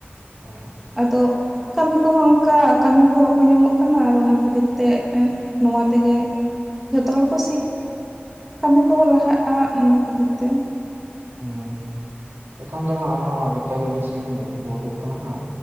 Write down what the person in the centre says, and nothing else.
ᱟᱫᱚ ᱠᱟᱹᱢᱤ ᱠᱚᱦᱚᱸ ᱚᱱᱠᱟ ᱠᱟᱹᱢᱤ ᱠᱚᱦᱚᱸ ᱵᱟᱠᱚ ᱧᱟᱢᱚᱜ ᱠᱟᱱᱟ ᱟᱨ ᱚᱱᱟ ᱠᱷᱟᱹᱛᱤᱨ ᱛᱮ, ᱱᱚᱣᱟ ᱛᱮᱜᱮ᱾ ᱡᱷᱚᱛᱚ ᱦᱚᱲ ᱠᱚ ᱠᱟᱹᱢᱤ ᱠᱚᱦᱚᱸ ᱞᱟᱦᱟᱜᱼᱟ ᱚᱱᱟ ᱠᱷᱟᱹᱛᱤᱨ ᱛᱮ᱾